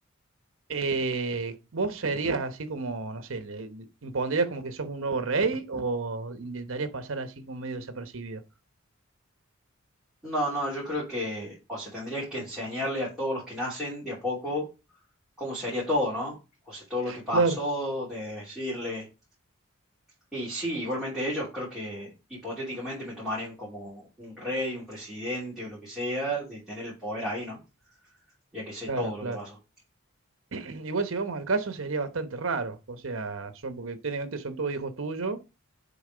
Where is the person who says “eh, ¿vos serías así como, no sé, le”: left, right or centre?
Right